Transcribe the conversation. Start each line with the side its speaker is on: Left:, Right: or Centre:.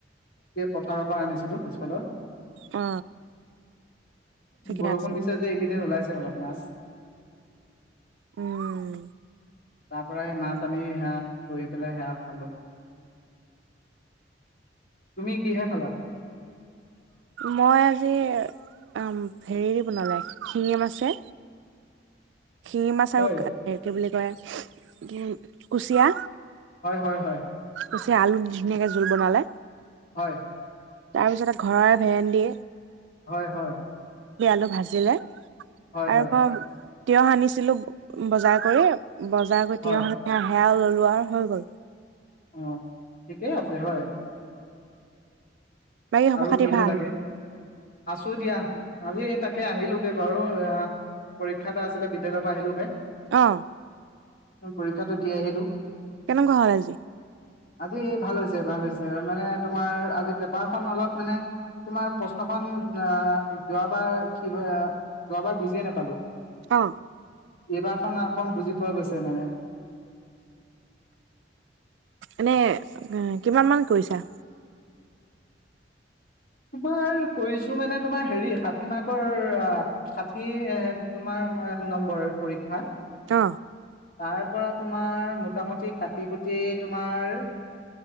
Left: পথাৰৰ পৰা আনিছিলো পিছফালৰ
Right: অ ঠিকে
Left: বৰষুণ
Right: আছে।
Left: দিছে যে এইকেইদিন ওলাইছে সেইবিলাক মাছ
Right: উম
Left: তাৰ পৰাই মাছ আনি সেয়া কৰি পেলাই সেয়া খালো তুমি কিহে খালা
Right: মই আজি উম হেৰি বনালে শিঙি মাছে শিঙি মাছ
Left: হয়,
Right: আৰু কি বুলি তাৰ কুচিয়া
Left: হয় হয় হয়
Right: কুচিয়া আলু ধুনীয়াকে জোল বনালে
Left: হয়
Right: তাৰপিছতে ঘৰৰে ভেনন্দি
Left: হয় হয়
Right: ভাজিলে
Left: হয়,
Right: আৰু
Left: হয়,
Right: পাম কিয় আনিছিলো বজাৰ কৰি বজাৰ কৰি
Left: হয়,
Right: তিনি সপ্তাহ সেয়া ললোৱাআৰু হৈ গ'ল
Left: অ ঠিকেই আছে হয়
Right: বাকী খবৰ
Left: আৰু
Right: খাতি
Left: কিনো
Right: ভাল?
Left: লাগে আছো দিয়া আজি তাকে আহিলোগে বাৰু পৰীক্ষা এটা আছিলে বিদ্যয়ালয়ৰ পৰা আহিলোগে
Right: আহ
Left: পৰীক্ষাটো দি আহিলো
Right: কেনেকুৱা হল আজি
Left: আজি ভাল হৈছে ভাল হৈছে মানে তোমাৰ আজি পেপাৰ পেপাৰ খন অলপ মানে তোমাৰ প্ৰশ্নখন আহ যোৱাবাৰ কি কয় যোৱাবাৰ বুজিয়ে নাপালো
Right: অ
Left: এইবাৰ খন অকণ বুজি পোৱা গৈছে মানে
Right: এনে কিমান মান কৰিছা
Left: তোমাৰ কৈছো মানে তোমাৰ হেৰি ষাঠি মাৰ্কৰ ষাঠি তোমাৰ নম্বৰ পৰীক্ষা
Right: অ
Left: তাৰ পৰা তোমাৰ মোটামুটি কাটি কুটি তোমাৰ